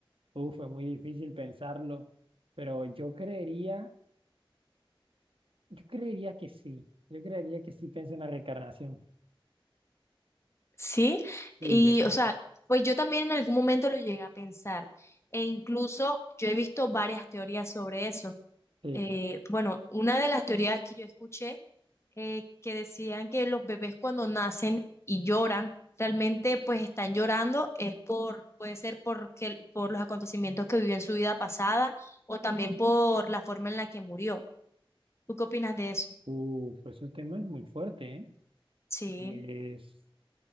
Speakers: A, on the right; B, on the left.
A: Uf, fue muy difícil pensarlo, pero yo creería, yo creería que sí, yo creería que sí pienso en la reencarnación.
B: sí?
A: Sí,
B: Y,
A: yo creo
B: o sea, pues yo también en algún momento lo llegué a pensar, e incluso yo he visto varias teorías sobre eso.
A: que sí.
B: Eh, bueno, una de las teorías que yo escuché eh, que decían que los bebés cuando nacen y lloran, realmente pues están llorando, es por, puede ser porque, por los acontecimientos que vivió en su vida pasada o también por la forma en la que murió. ¿Tú qué opinas de eso?
A: Uf, ese tema es muy fuerte, ¿eh?
B: Sí,
A: Es,